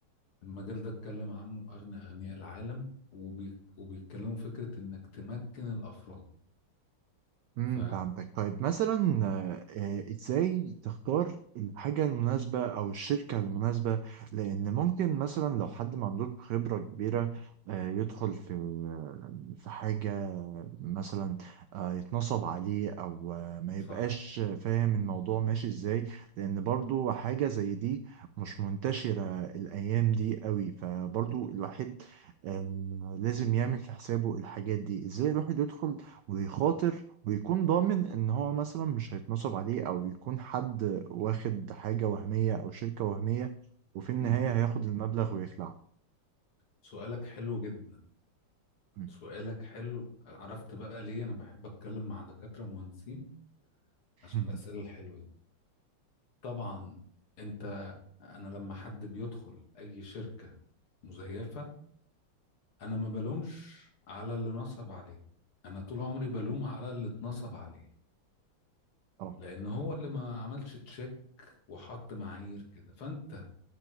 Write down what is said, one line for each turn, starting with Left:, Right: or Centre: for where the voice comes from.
Left: المجال ده اتكلم عنه اغنى اغنياء العالم وبي... وبيتكلموا فكره انك تمكن الافراد
Right: امم
Left: ف
Right: فهمتك طيب مثلا آه، آه، ازاي تختار الحاجة المناسبة او الشركة المناسبة لان ممكن مثلا لو حد ما عندوش خبرة كبيرة آه، يدخل في في حاجة مثلا آه، يتنصب عليه او آه، ما يبقاش
Left: صح
Right: فاهم الموضوع ماشي ازاي لان برضو حاجة زي دي مش منتشرة الايام دي قوي فبرضو الواحد آه، لازم يعمل في حسابه الحاجات دي ازاي الواحد يدخل ويخاطر ويكون ضامن ان هو مثلا مش هيتنصب عليه او يكون حد واخد حاجة وهمية او شركة وهمية وفي النهاية
Left: مم.
Right: هياخد المبلغ ويخلع
Left: سؤالك حلو جدا
Right: مم.
Left: سؤالك حلو عرفت بقى ليه انا بحب اتكلم مع دكاترة مهندسين
Right: <laughs>
Left: عشان الأسئلة الحلوة دي طبعا انت انا لما حد بيدخل اي شركة مزيفة انا ما بلومش على اللي نصب عليه انا طول عمري بلوم على اللي اتنصب عليه
Right: اه
Left: لان هو اللي ما عملش تشيك وحط معايير كده فانت